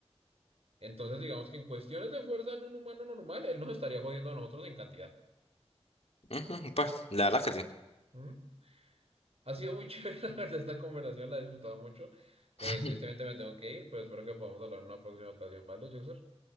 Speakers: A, on the right; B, on the left.
A: Entonces, digamos que en cuestiones de fuerza en un humano normal, él nos estaría jodiendo a nosotros en cantidad.
B: Ujú, pues, la verdad que sí.
A: ¿Mm? Ha sido muy <laughs> chévere, la verdad, esta conversación, la he disfrutado mucho. Pues,
B: <laughs>
A: tristemente me tengo que ir, pero espero que podamos hablar en una próxima ocasión, ¿vale, Joxer?